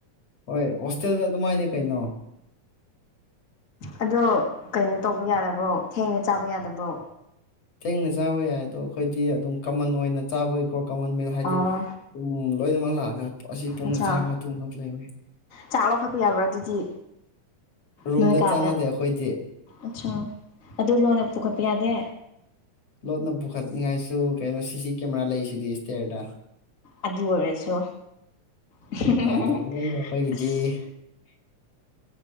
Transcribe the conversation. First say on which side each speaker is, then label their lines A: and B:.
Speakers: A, on the left (about 55°); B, on the left (about 35°).
A: ꯍꯣꯏ ꯍꯣꯁꯇꯦꯜꯗꯤ ꯑꯗꯨꯃꯥꯏꯅꯤ ꯀꯩꯅꯣ
B: ꯑꯗꯣ ꯀꯩꯅꯣ ꯇꯧꯕ ꯌꯥꯗꯕ꯭ꯔꯣ ꯊꯦꯡꯅ ꯆꯥꯕ ꯌꯥꯗꯕ꯭ꯔꯣ
A: ꯊꯦꯡꯅ ꯆꯥꯕ ꯌꯥꯏ ꯑꯗꯣ ꯑꯩꯈꯣꯏꯗꯤ ꯑꯗꯨꯝ ꯀꯃꯟ ꯑꯣꯏꯅ ꯆꯥꯕꯒꯤꯀꯣ ꯀꯃꯟ ꯃꯤꯜ ꯍꯥꯏꯗꯤ
B: ꯑꯣ
A: ꯎꯝ ꯂꯣꯏꯅꯃꯛ ꯂꯥꯛꯑꯒ ꯑꯁꯤ ꯄꯨꯡꯗ
B: ꯑꯠꯆꯥ
A: ꯆꯥꯕ ꯑꯗꯨꯝꯕ ꯂꯩꯔꯣꯏ
B: ꯆꯥꯛ ꯂꯧꯈꯠꯄ ꯌꯥꯕ꯭ꯔꯥ ꯑꯗꯨꯗꯤ
A: ꯔꯨꯝꯗ
B: ꯅꯣꯏ ꯀꯥꯗ
A: ꯆꯥꯟꯅꯗꯦ ꯑꯩꯈꯣꯏꯗꯤ
B: ꯑꯠꯆꯥ ꯑꯗꯨ ꯂꯣꯟꯅ ꯄꯨꯈꯠꯄ ꯌꯥꯗꯦ
A: ꯂꯣꯠꯅ ꯄꯨꯈꯠꯅꯤꯡꯉꯥꯏꯁꯨ ꯀꯩꯅꯣ ꯁꯤꯁꯤ ꯀꯦꯃꯦꯔꯥ ꯂꯩꯁꯤꯗꯤ ꯏꯁꯇ꯭ꯌꯔꯗ
B: ꯑꯗꯨ ꯑꯣꯏꯔꯁꯨ <unintelligible>
A: ꯌꯥꯗꯕꯅꯦ ꯑꯩꯈꯣꯏꯒꯤꯗꯤ
B: ꯑꯁ
A: <inaudible>